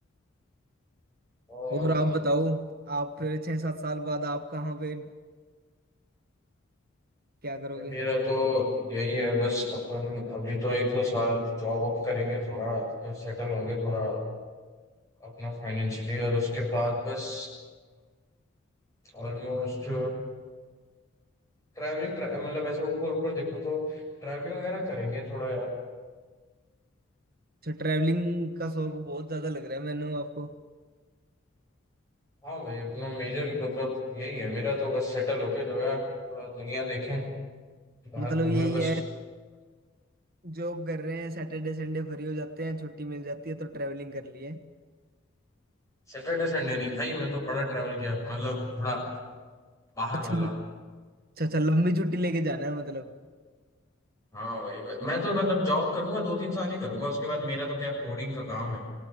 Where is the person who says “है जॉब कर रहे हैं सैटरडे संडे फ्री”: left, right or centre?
Right